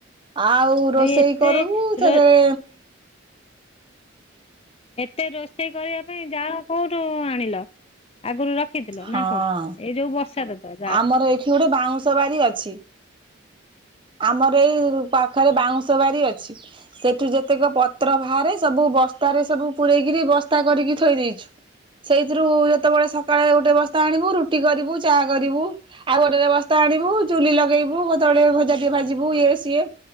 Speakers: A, on the right; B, on the left.
A: ଆଉ ରୋଷେଇ
B: ଏଇ ଏତେ
A: କରିବୁ ସେଥିରେ
B: ରୋ ଏତେ ରୋଷେଇ କରିବା ପାଇଁ ଜାଳ କୋଉଠୁ ଆଣିଲ? ଆଗରୁ ରଖିଥିଲ
A: ହଁ
B: ନାକଣ ଏଇ ଯୋଉ ବର୍ଷା ଋତୁରେ?
A: ଆମର ଏଇଠି ଗୋଟେ ବାଉଁଶ ବାରି ଅଛି। ଆମର ଏଇ ପାଖରେ ବାଉଁଶ ବାରି ଅଛି। ସେଠୁ ଯେତେକ ପତ୍ର ବାହାରେ ସବୁ ବସ୍ତାରେ ସବୁ ପୂରେଇକିରି ବସ୍ତା କରିକି ଥୋଇ ଦେଇଚି ସେଇଥିରୁ ଯେତେବେଳେ ସକାଳେ ଗୋଟେ ବସ୍ତା ଆଣିବୁ ରୁଟି କରିବୁ ଚା କରିବୁ ଆଉ ଗୋଟେରେ ବସ୍ତା ଆଣିବୁ ଚୁଲି ଲଗେଇବୁ କେତେବେଳେ ଭଜା ଟିକେ ଭାଜିବୁ ଇଏ ସିଏ